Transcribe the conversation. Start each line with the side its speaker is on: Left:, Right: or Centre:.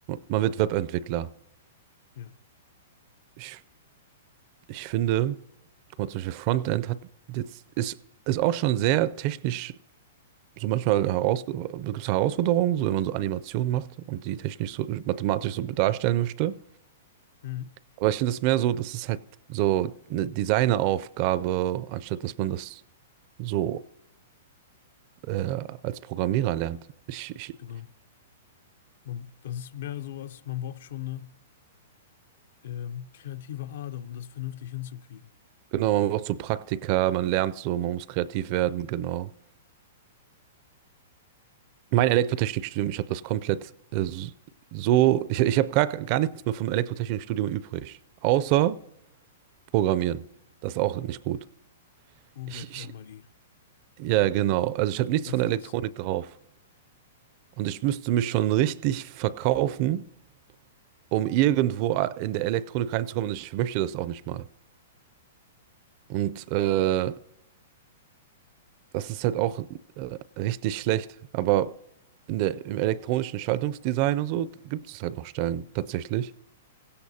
Right: man wird Webentwickler.
Left: Ja,
Right: Ich, ich finde, guck mal, zum Beispiel Frontend hat jetzt, ist, ist auch schon sehr technisch, so manchmal heraus, gibt es Herausforderungen, so wenn man so Animationen macht und die technisch so mathematisch so darstellen möchte.
Left: mhm.
Right: Aber ich finde es mehr so, das ist halt so eine Designeraufgabe, anstatt dass man das so äh, als Programmierer lernt. Ich, ich,
Left: Genau. Man, das ist mehr sowas. Man braucht schon eine ähm, kreative Ader, um das vernünftig hinzukriegen.
Right: genau, man braucht so Praktika, man lernt so, man muss kreativ werden, genau. Mein Elektrotechnikstudium, ich habe das komplett äh, so, ich, ich habe gar, gar nichts mehr vom Elektrotechnikstudium übrig, außer Programmieren. Das ist auch nicht gut.
Left: U
Right: Ich,
Left: gleich
Right: ich,
Left: R mal I.
Right: ja, genau. Also ich habe nichts
Left: Das
Right: von der
Left: war's.
Right: Elektronik drauf. Und ich müsste mich schon richtig verkaufen, um irgendwo äh, in der Elektronik reinzukommen. Und ich möchte das auch nicht mal. Und äh, das ist halt auch äh, richtig schlecht. Aber in der, im elektronischen Schaltungsdesign und so gibt es halt noch Stellen tatsächlich.